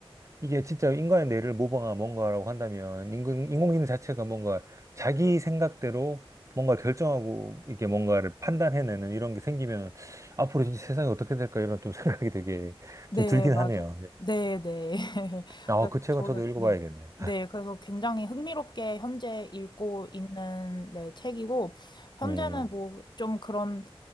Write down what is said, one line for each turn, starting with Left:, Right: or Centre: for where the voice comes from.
Right: 이게 진짜 인간의 뇌를 모방한 뭔가라고 한다면 인공, 인공지능 자체가 뭔가 자기 생각대로 뭔가 결정하고 이게 뭔가를 판단해내는 이런 게 생기면 앞으로 진짜 세상이 어떻게 될까 이런 좀 <laughs> 생각이 되게
Left: 네,
Right: 좀 들긴
Left: 맞아요.
Right: 하네요.
Left: 네, 네. <laughs>
Right: 아,
Left: 그래서
Right: 그 책은
Left: 저는,
Right: 저도 읽어봐야겠네요.
Left: 네. 네, 그래서 굉장히 흥미롭게 현재 읽고 있는 네, 책이고, 현재는
Right: 음,
Left: 뭐 좀 그런